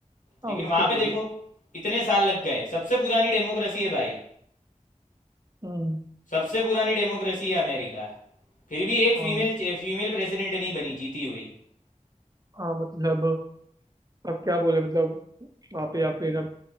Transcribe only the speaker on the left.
लेकिन
वहां
पे
देखो
इतने साल लग गए सबसे पुरानी डेमोक्रेसी है भाई
सबसे पुरानी डेमोक्रेसी है अमेरिका फिर भी एक
फीमेल फीमेल प्रेसिडेंट नहीं बनी जीती हुई